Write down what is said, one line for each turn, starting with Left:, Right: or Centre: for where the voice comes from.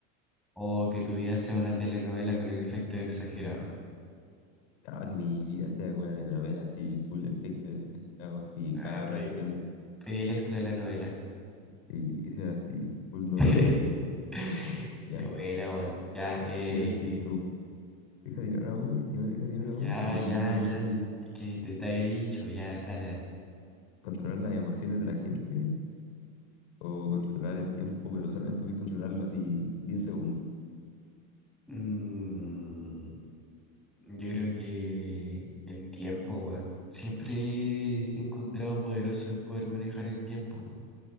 Centre: o que tu vida sea una telenovela con efectos exagerados?
Left: Ah, que mi vida sea como una telenovela, así, full efecto de exagerado, así, cada
Centre: Ah, tú,
Left: reacción,
Centre: tú eres el extra de la novela.
Left: sí, que sea así, full novelístico.
Centre: <laughs> <laughs>
Left: Ya,
Centre: Qué buena, weón. Ya, eh,
Left: ¿qué eres feliz
Centre: eh,
Left: tú? Deja tirar una última, deja tirar una última,
Centre: ya,
Left: no
Centre: ya,
Left: te apresures.
Centre: ya. Es que si te, te había dicho, ya, dale, dale.
Left: ¿Controlar las emociones de la gente o controlar el tiempo, pero solamente puedes controlarlo así 10 segundos?
Centre: Mm, yo creo que el tiempo, weón. Siempre he encontrado poderoso el poder manejar el tiempo, weón.